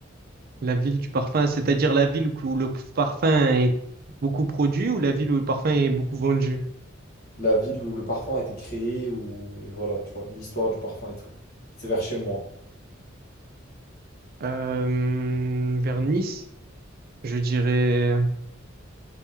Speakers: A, on the right; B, on the left.
A: la ville du parfum, c'est-à-dire la ville où le parfum est beaucoup produit ou la ville où le parfum est beaucoup vendu?
B: La ville où le parfum a été créé, ou et voilà, tu vois, l'histoire du parfum et tout. C'est vers chez moi.
A: Euh, vers Nice, je dirais